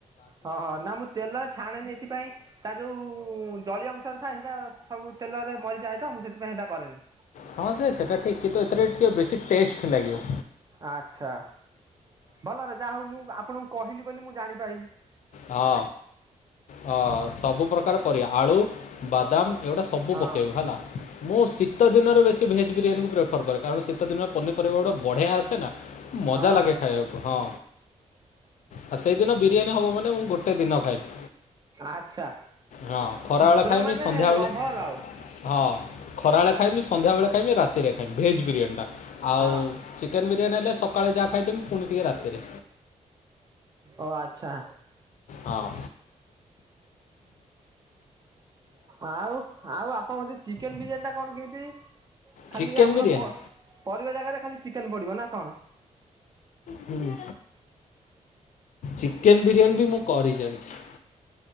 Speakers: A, on the right (about 30°); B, on the left (about 70°).
A: ହଁ ହଁ ନାମ ତେଲ ଛଣେନି ସେଥିପାଇଁ ତା ଯୋଉ ଜଳୀୟ ଅଂଶରେ ଥାଏ ସେଇଟା ସବୁ ତେଲରେ ମରିଯାଏ ତ ମୁଁ ସେଥିପାଇଁ ସେଇଟା କରେନି।
B: ହଁ ଯେ ସେଟା ଠିକ କିନ୍ତୁ ଏଥିରେ ଟିକେ ବେଶୀ ଟେଷ୍ଟ ଲାଗିବ।
A: ଆଚ୍ଛା ଭଲରେ ଯାହା ହଉ ମୁଁ ଆପଣଙ୍କୁ କହିଲି ବୋଲି ମୁଁ ଜାଣିପାରଲିି।
B: ହଁ ହଁ ସବୁପ୍ରକାର ପରିବା ଆଳୁ ବାଦାମ ଏଗୁଟା ସବୁ
A: ହଁ
B: ପକେଇବ ହେଲା ମୁଁ ଶୀତ ଶୀ ଦିନ ବେଶ ଭେଜ୍ ବିରିୟାନକୁ ପ୍ରେଫର କଣ ଶୀ ଦିନ ପନିପିବା ଗଟାଢ଼ିଆ ଆସେ ନା। ମଜା
A: ହଁ
B: ଲାଗେ ଖାଇବାକୁ ହଁ ଆ ସେଇଦିନ ବିରିୟାନୀ ହେବ ମାନେ ମୁଁ ଗୋଟେ ଦିନ ଖାଇବି।
A: ଆଚ୍ଛା
B: ହଁ ଖରା ବଳେ
A: ପୁରା
B: ଖାଇମି
A: ମାନେ
B: ସନ୍ଧ୍ୟାବେଳେ
A: ଲଭର ଆଉ
B: ହଁ ଖରା ବେଳେ ଖାଇମି। ସନ୍ଧ୍ୟାବେଳେ ଖାଇମି ରାତିରେ ଖାଇମି ଭେଜ୍ ବିରିୟାନୀଟା ଆଉ
A: ହଁ
B: ଚିକେନ୍ ବିରିୟାନୀ ହେଲେ ସକାଳେ ଯା ଖାଇଦେମି ଫୁଣି ଟିକେ ରାତିରେ।
A: ଓ ଆଚ୍ଛା।
B: ହଁ।
A: ଆଉ ଆଉ ଆପଣଙ୍କ ଚିକେନ ବିରିୟାନୀ ଟା କଣ କେମିତି? ଖାଲି
B: ଚିକେନ୍
A: ଆମର
B: ବିରିୟାନୀ
A: ପରିବା ଜାଗାରେ ଖାଲି ଚିକେନ ପଡ଼ିବ ନା କଣ?
B: ହୁଁ। ଚିକେନ ବିରିୟାନୀ ବି ମୁଁ କରି ଜାଣିଛି।